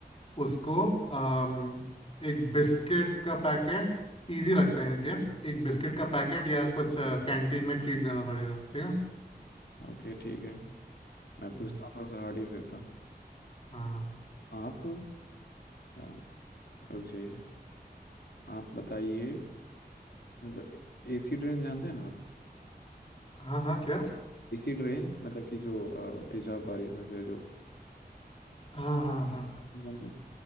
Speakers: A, on the left; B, on the left.
A: उसको अम, एक बिस्किट का पैकेट इजी रखते हैं गिफ्ट एक बिस्किट का पैकेट या कुछ कैंटीन में ट्रीट देना पड़ेगा ठीक है
B: ओके ठीक है मैं पूछता
A: हम्म,
B: हूँ थोड़ा सा हार्ड ही फिर था
A: हाँ
B: आप हाँ, रुक जाइए आप बताइए मतलब एसी ट्रेन जानते हैं ना आप
A: हाँ हाँ क्या
B: एसी ड्रेन मतलब कि जो अ, तेजाब बारिश से जो
A: हाँ हाँ हाँ
B: जानते हैं